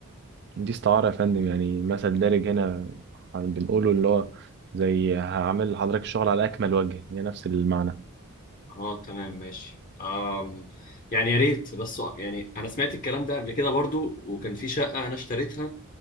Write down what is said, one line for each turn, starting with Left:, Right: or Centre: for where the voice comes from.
Right: دي استعاره يا فندم يعني مثل دارج هنا بنقوله اللي هو زي هعمل لحضرتك الشغل على اكمل وجه هي نفس المعنى
Left: اه تمام ماشي أم يعني يا ريت بس يعني انا سمعت الكلام ده قبل كده برضو وكان في شقة انا اشتريتها